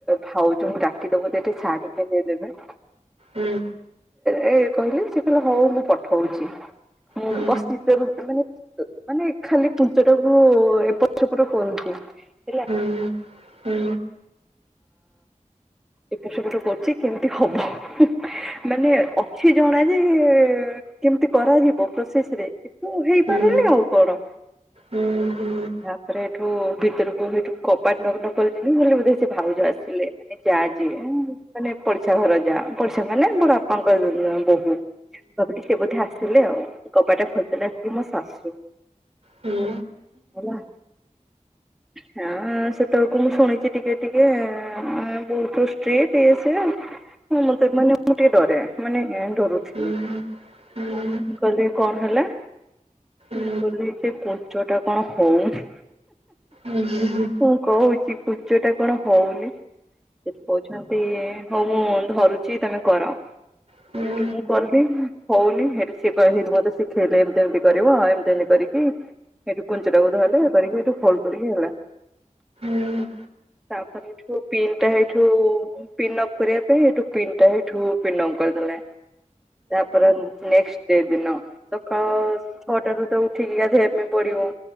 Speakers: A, in the centre; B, on the right.
A: ଭାଉଜଙ୍କୁ ଡାକିଦବୁ ତ ଏଠି ଶାଢି ପିନ୍ଧେଇ ଦେବେ।
B: ହୁଁ।
A: ଏ କହିଲେ ସେ କହିଲେ ହଉ ମୁଁ ପଠଉଛି ମୁଁ
B: ହୁଁ
A: ବସ <inaudible> ମାନେ ମାନେ ଖାଲି କୁଞ୍ଚ ଟାକୁ ଏପଟ ସେପଟ କରୁଛି। ଥିଲା
B: ହୁଁ ହୁଁ
A: ହଁ।
B: ହୁଁ ହୁଁ ହୁଁ ହୁଁ
A: ଏକା ସବୁଠୁ କରୁଛି କେମିତି ହବ ମାନେ ଅଛି। ଜଣା ଯେ କେମିତି କରାଯିବ ପ୍ରୋସେସ ରେ କିନ୍ତୁ ହେଇପାରନି
B: ହୁଁ ହୁଁ
A: ଆଉ କଣ
B: ହୁଁ ହୁଁ।
A: ତାପରେ ଏଠୁ ଭିତରକୁ ସେଇଠୁ କବାଟ ଲକ କରିଥିଲି ବୋଲି ବୋଧେ ସେ ଭାଉଜ ଆସିଲେ। ଯା ଯେ ମାନେ ପଡିଶା ଘର ଯା ପଡିଶା ମାନେ ବଡ ବାପାଙ୍କର ର ବହୁ। ଭାବିଲି ସିଏ ବୋଧେ ଆସିଲେ ଆଉ କବାଟ ଖୋଲି ଦେଲବସିକି ସିଏ ମୋ ଶାଶୁ।
B: ହୁଁ।
A: ହେଲା। ହଁ ଆଁ ସେତେବେଳକୁ ମୁଁ ଶୁଣିଚି ଟିକେ ଟିକେଏ ଏଁ ବହୁତ ଷ୍ଟ୍ରିକ୍ଟ ଇଏ ସେ ହଁ ମତେ ମାନେ ମୁଁ ଟିକେ ଡରେ ମାନେ ଡରୁଥିଲି।
B: ହୁଁ ହୁଁ
A: ହଁ ମୁଁ କହିଲି କଣ ହେଲା? ମୁଁ
B: ହୁଁ
A: କଲି ଜେ କୁଞ୍ଚଟା କଣ ହଉନି।
B: ହୁଁ ହୁ ହୁଁ।
A: ମୁଁ କହୁଛି ପୂଜାଟା କଣ ହଉନି। ସେଠି କହୁଛନ୍ତି ହଉ ମୁଁ ଧରୁଛି ତମେ କର।
B: ହୁଁ।
A: ସେଇଠୁ ମୁଁ କଲି ହଉନି ସେଠୁ ସିଏ ମତେ ଶିଖେଇଲେ ଏମିତି ଏମିତି କରିବ। ଏମିତି ଏମିତି କରିକି ସେଇଠୁ କୁଞ୍ଚଟାକୁ ଧରିଲେ ଧରିକି ସେଠୁ ଫୋଲ୍ଡ କରିକି ହେଲା।
B: ହୁଁ।
A: ତାପରଠୁ ପିନଟା ଏଇଠୁ ପିନ୍ ଅପ କରିବା ପାଇଁ ଏଠୁ ପିନ୍ ଟା ଏଠୁ ପିନ୍ ଆଉଟ କରିଦେଲେ। ତାପରେ ନେସଟ ଡେ ଦିନ ସକାଳ ଛଅଟା ରୁ ତ ଉଠିକି ଗାଧୋଇବା ପାଇଁ ପଡିବ।